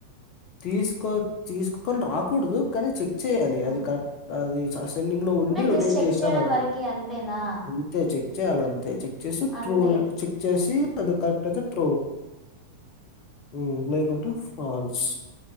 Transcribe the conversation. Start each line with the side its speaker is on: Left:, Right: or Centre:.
Left: తీసుకో తీసుకొని రాకూడదు కానీ చెక్ చేయాలి
Centre: ఆ,
Left: అది కా అది ప రన్నింగ్ లో ఉండి
Centre: నేను
Left: రొటేట్
Centre: జస్ట్ చెక్
Left: చేస్తారండి
Centre: చేయడం వరకి అంతేనా
Left: అంతే చెక్ చేయాలి అంతే చెక్ చేసి
Centre: అంతే
Left: ట్రూ చెక్ చేసి అది కరెక్ట్ అయితే ట్రూ మ్మ్ లేకుంటే ఫాల్స్